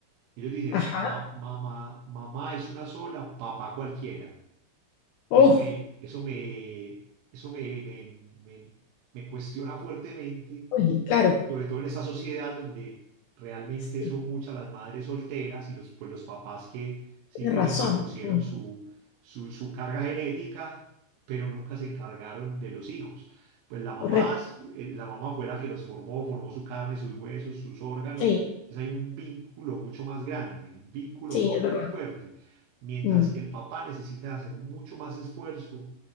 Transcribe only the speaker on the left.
ajá.
Oh,
uy, claro,
sí,
tienes razón.
Mm,
correcto,
sí,
sí,
es verdad.
Mm,